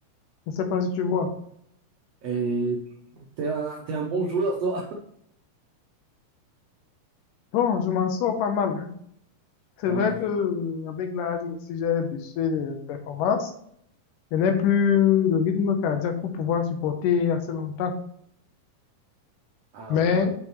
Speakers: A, on the left (about 75°); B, on the right (about 90°).
A: Je ne sais pas si tu vois.
B: Et t'es un, t'es un bon joueur, toi.
A: Bon, je m'en sors pas mal, hein.
B: <laughs>
A: C'est
B: Pas
A: vrai
B: mal.
A: que, euh, avec l'âge aussi, j'ai baissé les performances. Je n'ai plus le rythme cardiaque pour pouvoir supporter assez longtemps.
B: Ah
A: Mais,
B: ouais.